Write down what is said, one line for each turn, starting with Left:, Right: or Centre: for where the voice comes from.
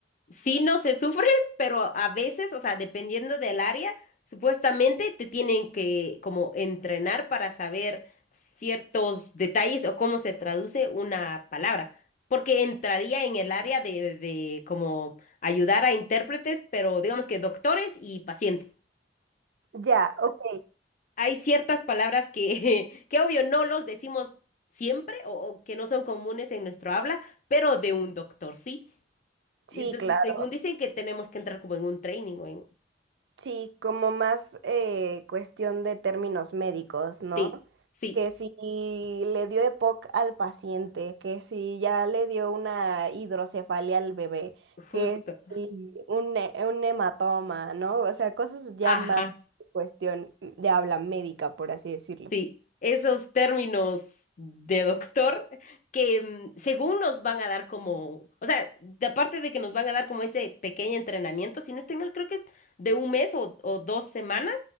Left: sí no se sufre, <laughs> pero a veces, o sea, dependiendo del área, supuestamente te tienen que como entrenar para saber ciertos detalles o cómo se traduce una palabra, porque entraría en el área de, de de como ayudar a intérpretes, pero digamos que doctores y pacientes.
Right: Ya, ok.
Left: hay ciertas palabras que, <laughs> que obvio no los decimos siempre o, o que no son comunes en nuestro habla, pero de un doctor sí.
Right: Sí,
Left: Y entonces,
Right: claro.
Left: según dicen que tenemos que entrar como en un training o en...
Right: Sí, como más eh, cuestión de términos médicos, ¿no?
Left: Sí, sí,
Right: Que si le dio EPOC al paciente, que si ya le dio una hidrocefalia al bebé, que
Left: justo.
Right: si un, he- un hematoma, ¿no? O sea, cosas ya
Left: Ajá.
Right: más cuestión de habla médica, por así decirlo.
Left: Sí, esos términos de doctor que mm, según nos van a dar como, o sea, de- aparte de que nos van a dar como ese pequeño entrenamiento, si no estoy mal, creo que es de un mes o, o dos semanas,